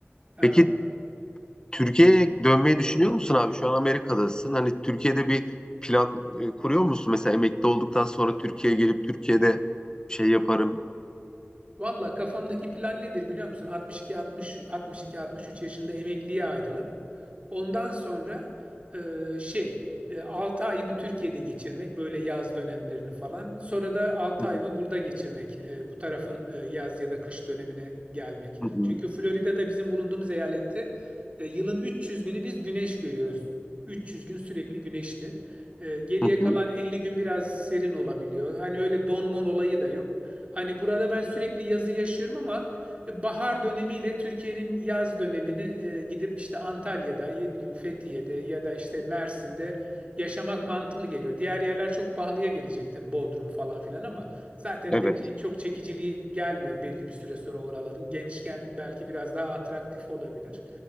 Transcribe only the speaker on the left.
Peki Türkiye'ye dönmeyi düşünüyor musun abi? Şu an Amerika'dasın. Hani Türkiye'de bir plan e, kuruyor musun? Mesela emekli olduktan sonra Türkiye'ye gelip Türkiye'de şey yaparım.
Hı hı.
Hı hı.
Hı
hı.
Evet.